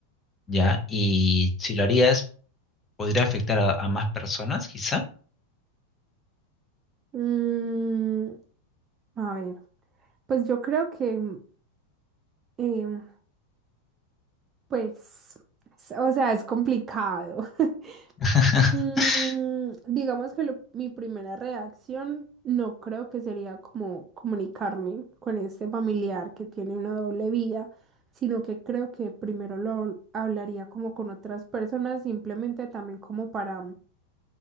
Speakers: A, on the left; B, on the right.
A: ¿ya? Y si lo harías, podría afectar a, a más personas, quizá.
B: Mm, a ver, pues yo creo que, mm, em, pues, s- o sea, es complicado. <laughs>
A: <laughs>
B: Mm, digamos que lo- mi primera reacción no creo que sería como comunicarme con este familiar que tiene una doble vida, sino que creo que primero lo hablaría como con otras personas, simplemente también como para mm,